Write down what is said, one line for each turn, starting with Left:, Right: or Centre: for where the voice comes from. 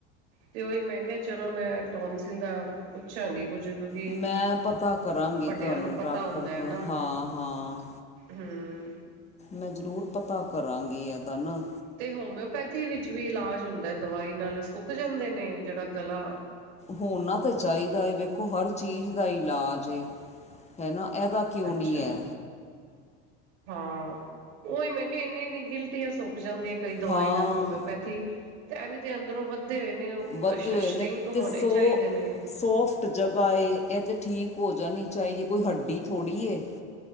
Right: ਤੇ ਉਹੀ ਮੈਂ ਕਿਹਾ ਚਲੋ ਮੈਂ ਟੌਨਸਿਲ ਦਾ ਪੁੱਛਾਂਗੇ ਕੁੱਝ ਕਿਉਂਕਿ
Left: ਮੈਂ ਪਤਾ ਕਰਾਂਗੀ
Right: ਵੱਡਿਆਂ
Left: ਤੁਹਾਨੂੰ
Right: ਨੂੰ ਪਤਾ
Left: ਡਾਕਟਰ
Right: ਹੁੰਦਾ ਹੈ
Left: ਕੋਲੋਂ
Right: ਨਾ
Left: ਹਾਂ ਹਾਂ
Right: ਹਮ
Left: ਮੈਂ ਜ਼ਰੂਰ ਪਤਾ ਕਰਾਂਗੀ ਇਹਦਾ ਨਾ
Right: ਤੇ ਹੋਮਿਓਪੈਥੀ ਵਿੱਚ ਵੀ ਇਲਾਜ ਹੁੰਦਾ ਦਵਾਈ ਨਾਲ ਸੁੱਕ ਜਾਂਦੇ ਨੇ ਜਿਹੜਾ ਗਲਾ
Left: ਹੋਣਾ ਤੇ ਚਾਹੀਦਾ ਐ, ਵੇਖੋ ਹਰ ਚੀਜ਼ ਦਾ ਇਲਾਜ ਜੀ, ਹੈ ਨਾ ਇਹਦਾ ਕਿਉਂ
Right: ਅੱਛਾ
Left: ਨਹੀ ਐ।
Right: ਹਾਂ, ਉਹੀ ਮੈਂ ਕਿਹਾ ਇੰਨੀ -ਇੰਨੀ ਗਿਲਟੀਆ ਸੁੱਕ ਜਾਂਦੀਆਂ। ਕਈ ਦਵਾਈ
Left: ਹਾਂ
Right: ਨਾਲ ਹੋਮਿਓਪੈਥੀ, ਤੇ ਇਹ ਵੀ ਤੇ ਅੰਦਰੋਂ ਬ ਦੇ ਹੋਏ ਨੇ ਉਹ
Left: ਵਧੇ
Right: ਸ਼੍ਰਿੰਕ
Left: ਹੋਏ ਨੇ
Right: ਹੋਣੇ
Left: ਤੇ ਸੋ
Right: ਚਾਹੀਦੇ ਨੇ।
Left: ਸੋਫਟ ਜਗ੍ਹਾ ਏ ਇਹ ਤਾਂ ਠੀਕ ਹੋ ਜਾਣੀ ਚਾਹੀਦੀ, ਕੋਈ ਹੱਡੀ ਥੋੜ੍ਹੀ ਏ।